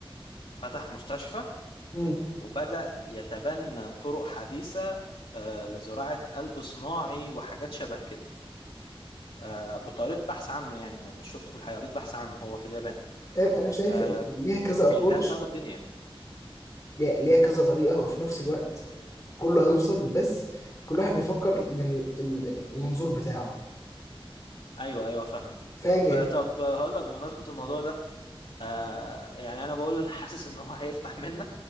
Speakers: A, on the left; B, on the left.
A: فتح مستشفى
B: مم.
A: وبدأ يتبنى طرق حديثه آه لزراعه قلب صناعي وحاجات شبه كده آه كنت قريت بحث عنه يعني مش شفته في الحقيقه قريت بحث عنه هو في اليابان
B: فاهم انا شايف
A: آه
B: ان ليها كذا
A: بيدغدغوا
B: ابروتش
A: الدنيا
B: ليها كذا طريقه وفي نفس الوقت كله هيوصل بس كل واحد بيفكر من ال- ال- المنظور بتاعه
A: ايوه ايوه فاهمه
B: فاهم
A: ب-
B: يعني
A: طب هقول لك بمناسبه الموضوع ده آه يعني انا بقول <laughs> حاسس ان هو هيفتح منا